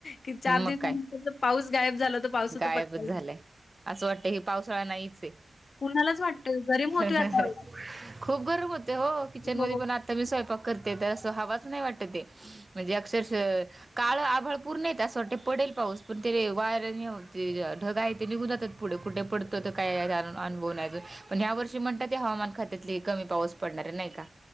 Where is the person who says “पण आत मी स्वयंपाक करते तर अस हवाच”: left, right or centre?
Right